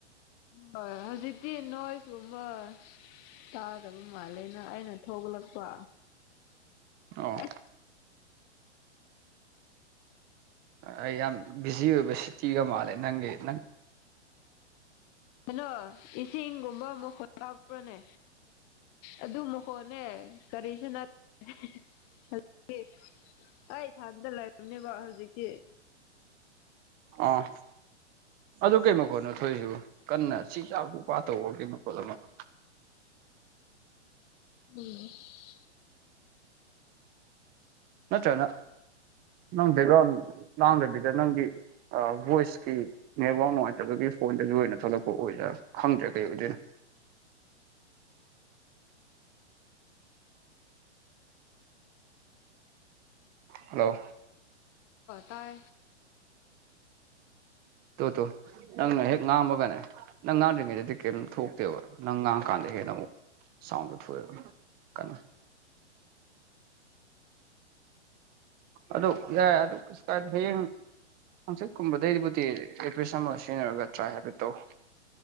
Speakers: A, on the left; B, on the right.
A: ꯕꯥ ꯍꯧꯖꯤꯛꯇꯤ ꯅꯣꯏꯁꯀꯨꯝꯕ ꯇꯥꯗꯕ ꯃꯥꯜꯂꯦꯅ ꯑꯩꯅ ꯊꯣꯛꯂꯛꯄ
B: ꯑꯣ
A: ꯑꯁ
B: ꯑꯩ ꯌꯥꯝ ꯕꯤꯖꯤ ꯑꯣꯏꯕ ꯁꯤꯇꯤꯒ ꯃꯥꯜꯂꯦ ꯅꯪꯒꯤ ꯅꯪ
A: ꯍꯜꯂꯣ ꯏꯁꯤꯡꯒꯨꯝꯕ ꯃꯈꯣꯟ ꯇꯥꯕ꯭ꯔꯣꯅꯦ ꯑꯗꯨ ꯃꯈꯣꯅꯦ ꯀꯔꯤꯁꯨ ꯅꯠꯇꯦ ꯍꯦ ꯍꯦ ꯍꯦ ꯑꯩ ꯊꯥꯟꯗ ꯂꯩꯝꯅꯦꯕ ꯍꯧꯖꯤꯛꯇꯤ
B: ꯑꯥ ꯑꯗꯨ ꯀꯩ ꯃꯈꯣꯠꯅꯣ ꯊꯣꯏꯁꯨ ꯀꯟꯅ ꯁꯤ ꯆꯥ ꯄꯨ ꯄꯥ ꯇꯧꯕ ꯀꯩ ꯃꯈꯣꯜ <unintelligible>
A: <inaudible> <unintelligible>
B: ꯅꯠꯇꯅ ꯅꯪ ꯕꯦꯛꯒ꯭ꯔꯥꯎꯟ ꯂꯥꯡꯗꯕꯤꯗ ꯅꯪꯒꯤ ꯚꯣꯏꯁꯀꯤ ꯅꯦꯠꯋꯥꯛ ꯅꯨꯡꯉꯥꯏꯇꯕꯒꯤ ꯐꯣꯟꯗꯁꯨ ꯑꯣꯏꯅ ꯊꯣꯛꯂꯛꯄ ꯑꯣꯏꯗꯥ ꯈꯪꯗ꯭ꯔꯦ ꯀꯩ ꯑꯣꯏꯗꯣꯏꯅꯣ
A: <inaudible>
B: ꯍꯜꯂꯣ
A: ꯇꯥꯏ
B: ꯇꯣ ꯇꯣ ꯅꯪꯅ ꯍꯦꯛ ꯉꯥꯡꯝꯃꯒꯅꯦ ꯅꯪ ꯉꯥꯡꯝꯗ꯭ꯔꯤꯉꯩꯗꯗꯤ ꯀꯔꯤꯝ ꯊꯣꯛꯇꯦꯕ ꯅꯪ ꯉꯥꯡꯉ ꯀꯥꯟꯗ ꯍꯦꯟꯅ ꯑꯃꯨꯛ ꯁꯥꯎꯟꯗꯣ ꯊꯣꯛ ꯑꯦ ꯀꯟꯅ ꯑꯗꯨ ꯌꯥꯏ ꯑꯗꯨ ꯀꯩꯁꯨ ꯀꯥꯏꯗꯦ ꯍꯌꯦꯡ ꯍꯪꯆꯤꯠꯀꯨꯝꯕꯗꯩꯕꯨꯗꯤ ꯑꯦꯗ꯭ꯔꯦꯁ ꯑꯃ ꯁꯤꯖꯤꯟꯅꯔꯒ ꯇ꯭ꯔꯥꯏ ꯍꯥꯏꯐꯦꯠꯇꯧ